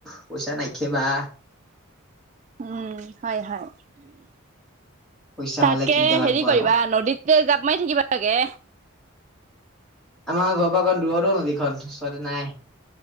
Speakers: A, in the centre; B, on the right.
A: পইচা নাইকিয়া বা
B: উম হয় হয়
A: পইচা
B: তাকে
A: হ'লে কিনতে লাগব
B: হেৰি কৰিবা
A: আৰু
B: নদীতে জাপ মাৰি থাকিবাগে
A: আমাৰ ঘৰৰ পৰা অকণ দূৰত ও নদীখন ওচৰতে নাই